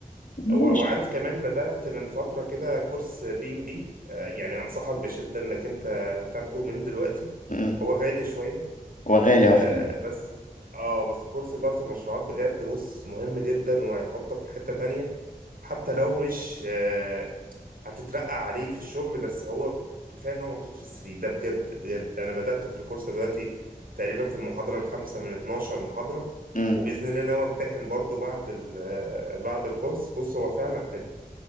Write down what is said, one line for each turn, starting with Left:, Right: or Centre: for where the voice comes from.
Left: ماشي
Right: و- وعارف كمان بدأت من فترة كده كورس بي ام بي يعني أنصحك بشدة إنك أنت تاخده من دلوقتي
Left: مم.
Right: هو غالي شوية
Left: هو غالي
Right: آه،
Left: هو فعلا
Right: بس اه بس كورس إدارة المشروعات بجد بص مهم جدا وهيحطك في حتة تانية حتى لو مش آه، هتترقى عليه في الشغل بس هو كفاية إن هو محطوط في السي في ده بجد بجد أنا بدأت في الكورس دلوقتي تقريبا في المحاضرة الخامسة من 12 محاضرة
Left: مم.
Right: وبإذن الله ناوي أمتحن برضو بعد ال- آه، بعد الكورس بص هو فعلا حلو